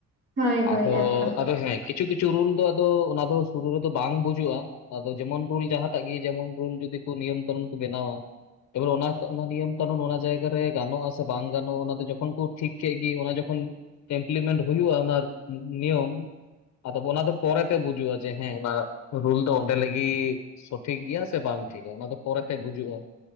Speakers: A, on the right; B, on the left.
A: ᱦᱳᱭ ᱦᱳᱭ
B: ᱟᱫᱚ
A: ᱮᱠᱫᱚᱢ
B: ᱟᱫᱚ ᱦᱮᱸ ᱠᱤᱪᱷᱩ ᱠᱤᱪᱷᱩ ᱨᱩᱞ ᱫᱚ ᱟᱫᱚ ᱚᱱᱟ ᱫᱚ ᱥᱩᱨᱩ ᱨᱮᱫᱚ ᱵᱟᱝ ᱵᱩᱡᱩᱜᱼᱟ ᱟᱫᱚ ᱡᱮᱢᱚᱱ ᱨᱩᱞ ᱡᱟᱦᱟᱸ ᱴᱟᱜ ᱜᱮ ᱡᱮᱢᱚᱱ ᱨᱩᱞ ᱡᱚᱫᱤ ᱠᱚ ᱱᱤᱭᱚᱢ ᱠᱟᱹᱱᱩᱱ ᱠᱚ ᱵᱮᱱᱟᱣᱟ ᱮᱵᱟᱨ ᱚᱱᱟ <unintelligible> ᱢᱟ ᱱᱤᱭᱚᱢ ᱠᱟᱹᱱᱩᱱ ᱚᱱᱟ ᱡᱟᱭᱜᱟᱟᱨ ᱜᱟᱱᱚᱜᱼ ᱟ ᱥᱮ ᱵᱟᱝ ᱜᱟᱱᱚᱜᱼᱟ ᱚᱱᱟ ᱫᱚ ᱡᱚᱠᱷᱚᱱ ᱠᱚ ᱴᱷᱤᱠ ᱠᱮᱫ ᱜᱮ ᱚᱱᱟ ᱡᱚᱠᱷᱚᱱ ᱮᱢᱯᱞᱤᱢᱮᱱᱴ ᱦᱩᱭᱩᱜᱼᱟ ᱚᱱᱟ ᱱᱤᱭᱚᱢ ᱟᱫᱚ ᱚᱱᱟ ᱫᱚ ᱯᱚᱨᱮᱛᱮ ᱵᱩᱡᱩᱜᱼᱟ ᱡᱮ ᱦᱮᱸ ᱚᱱᱟ ᱨᱩᱞ ᱫᱚ ᱚᱸᱰᱮ ᱞᱟᱹᱜᱤᱫ ᱥᱚᱴᱷᱤᱠ ᱜᱮᱭᱟ ᱥᱮ ᱵᱟᱝ ᱴᱷᱤᱠᱟ ᱚᱱᱟ ᱫᱚ ᱯᱚᱨᱮᱛᱮ ᱵᱩᱡᱩᱜᱼᱟ